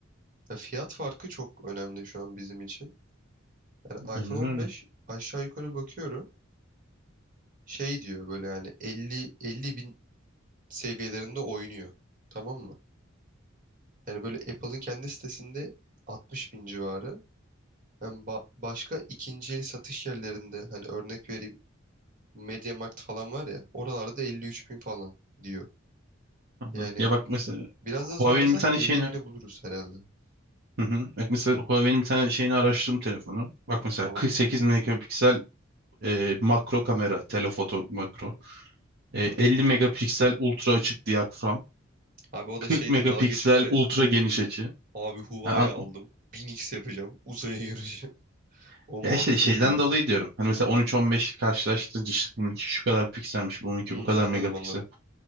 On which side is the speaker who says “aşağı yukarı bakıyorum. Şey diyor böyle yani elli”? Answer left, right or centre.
Right